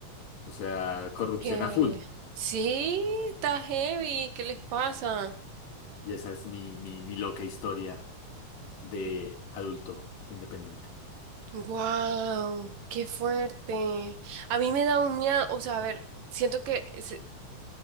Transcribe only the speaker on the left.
O sea, corrupción
a full.
Y esa es mi, mi, mi loca historia de adulto independiente.